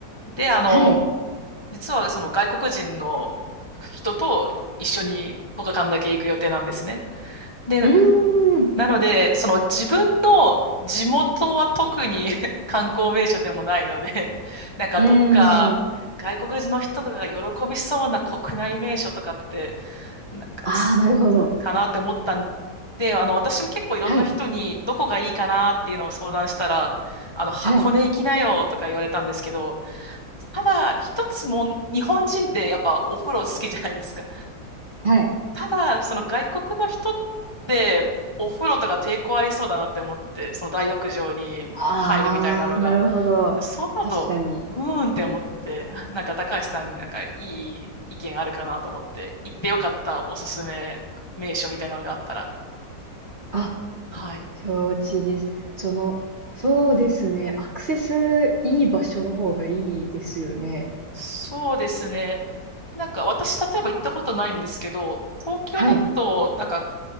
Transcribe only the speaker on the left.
で、あの、
実はその外国人の人と一緒に1日間だけ行く予定なんですね。で、
なので、その自分の地元は特に <laughs> 観光名所でもないので、なんかどっか外国人の人とかが喜びそうな国内名所とかって、
なんかつ、
かなって思ったんで、あの、私も結構いろんな人にどこがいいかなっていうのを相談したら、
あの、箱根行きなよとか言われたんですけど、
ただ一つもん、日本人ってやっぱお風呂好きじゃないですか。
ただ、その外国の人って、お風呂とか抵抗ありそうだなって思って、その大浴場に入るみたいなのが、
そう思うと、
うーんって思って、<laughs> なんか高橋さん、なんかいい意見あるかなと思って、行ってよかったおすすめ名所みたいなのがあったら。
はい。
そうですね。なんか私、例えば行ったことないんですけど、東京だと、
なんか、